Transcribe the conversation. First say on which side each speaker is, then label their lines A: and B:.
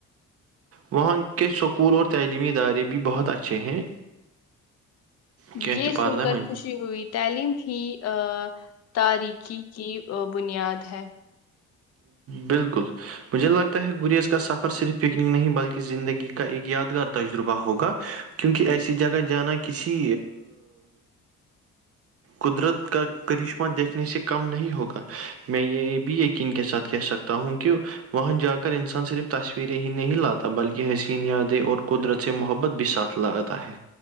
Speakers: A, on the right; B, on the left.
A: وہاں کے سکول اور تعلیمی ادارے بھی بہت اچھے ہیں کیاہتپاردہ
B: یہ سن کر
A: من
B: خوشی ہوئی تعلیم ہی ا تارخی کی بنیاد ہے
A: بالکل مجھے لگتا ہے گریز کا سفر صرف پکنک نہیں بلکہ زندگی کا ایک یادگار تجربہ ہوگا کیونکہ ایسی جگہ جانا کسی قدرت کا کرشمہ دیکھنے سے کم نہیں ہوگا میں یہ بھی کے ساتھ کہہ سکتا ہوں کہ وہاں جا کر انسان صرف تصویریں ہی نہیں لاتا بلکہ حسین یادیں اور قدرت سے محبت بھی ساتھ لگاتا ہے